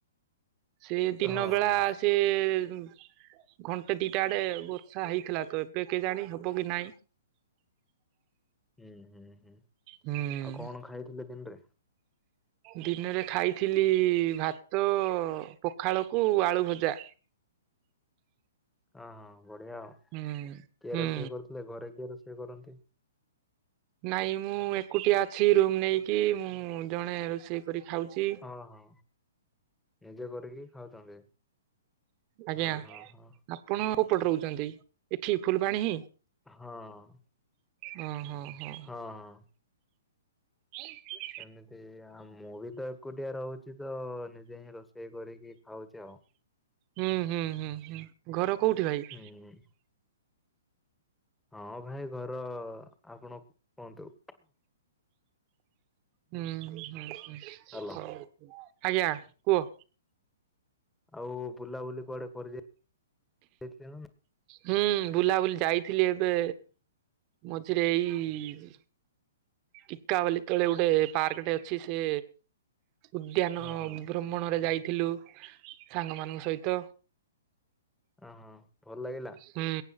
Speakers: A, on the right; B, in the centre.
A: ସେ ଦିନ
B: ହଁ
A: ବେଳା
B: ହଁ
A: ସେ ଘଣ୍ଟେ ଦିଇଟା ଆଡ଼େ ବର୍ଷା ହେଇଥିଲା। ଏବେ କେଜାଣି ହେବ କି ନାହିଁ।
B: ହୁଁ ହୁଁ ହୁଁ
A: ହୁଁ
B: ଆଉ କଣ ଖାଇଥିଲେ ଦିନରେ?
A: ଦିନରେ ଖାଇଥିଲି ଭାତ। ତ ପଖାଳକୁ ଆଳୁ ଭଜା।
B: ହଁ ହଁ ବଢିଆ ଆଉ
A: ହୁଁ
B: କିଏ
A: ହୁଁ
B: ରୋଷେଇ କରୁଥିଲେ। ଘରେ କିଏ ରୋଷେଇ କରନ୍ତି?
A: ନାଇଁ ମୁଁ ଏକୁଟିଆ ଅଛି ରୁମ ନେଇକି ମୁଁ ଜଣେ ରୋଷେଇ କରି ଖାଉଛି।
B: ହଁ ହଁ ନିଜେ କରିକି ଖାଉଛନ୍ତି
A: ଆଜ୍ଞା
B: ହଁ ହଁ ହଁ।
A: ଆପଣ କେଉପଟେ ରହୁଛନ୍ତି? ଏଠି ଫୁଲବାଣୀ ହିଁ?
B: ହଁ।
A: ହଁ ହଁ ହଁ।
B: ହଁ ହଁ।
A: ହଁ <unintelligible>
B: ସେମିତି ଆ ମୁଁ ବି ତ ଏକୁଟିଆ ରହୁଛି। ତ ନିଜେ ହିଁ ରୋଷେଇ କରିକି ଖାଉଛି ଆଉ।
A: ହୁଁ ହୁଁ ହୁଁ ହୁଁ, ଘର କୋଉଠି ଭାଇ?
B: ହୁଁ। ହଁ ଭାଇ ଘର ଆପଣ କୁହନ୍ତୁ।
A: ହୁଁ ହଁ ହଁ
B: ହ୍ୟାଲୋ
A: ହଉ ଆଜ୍ଞା କୁହ।
B: ଆଉ ବୁଲାବୁଲି କୁଆଡେ କରି ଯାଇଥିଲ।
A: ହୁଁ ବୁଲାବୁଲି ଯାଇଥିଲି ଏବେ ମଝିରେ ଏଇ ଟିକାବାଲି ତଳେ ଗୋଟେ ପାର୍କଟେ ଅଛି ସେ ଉଦ୍ୟାନ
B: ହଁ ହଁ।
A: ଭ୍ରମଣରେ ଯାଇଥିଲୁ ସାଙ୍ଗ ମାନଙ୍କ ସହିତ।
B: ହଁ ହଁ ଭଲ ଲାଗିଲା।
A: ହୁଁ